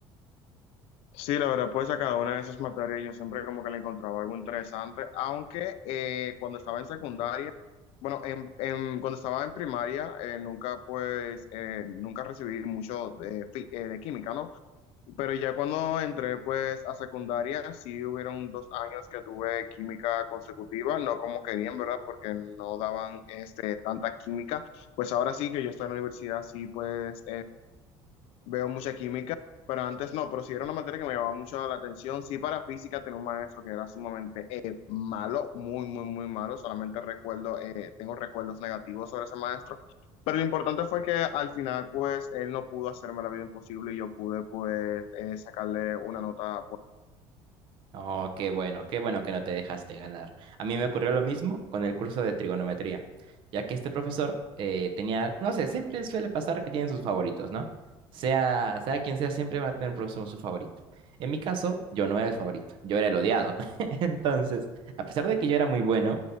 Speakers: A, on the left (about 65°); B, on the right (about 50°).
A: Sí, la verdad, pues a cada una de esas materias yo siempre como que le encontraba algo interesante, aunque eh, cuando estaba en secundaria, bueno, en, en- cuando estaba en primaria, eh, nunca pues, eh, nunca recibí mucho de, fi- eh, de química, ¿no? Pero ya cuando entré pues a secundaria, sí hubieron dos años que tuve química consecutiva, no como querían, ¿verdad? Porque no daban este, tanta química. Pues ahora sí que yo estoy en la universidad, sí pues veo mucha química, pero antes no, pero sí era una materia que me llamaba mucho la atención. Sí, para física tenía un maestro que era sumamente eh, malo, muy, muy, muy malo. Solamente recuerdo, eh, tengo recuerdos negativos sobre ese maestro. Pero lo importante fue que al final, pues, él no pudo hacerme la vida imposible y yo pude, pues, eh, sacarle una nota pues,
B: Oh, qué bueno, qué bueno que no te dejaste ganar. A mí me ocurrió lo mismo con el curso de trigonometría, ya que este profesor eh, tenía, no sé, siempre suele pasar que tienen sus favoritos, ¿no? Sea, sea quien sea, siempre va a tener un profesor su favorito. En mi caso, yo no era el favorito, yo era el odiado. <laughs> Entonces, a pesar de que yo era muy bueno,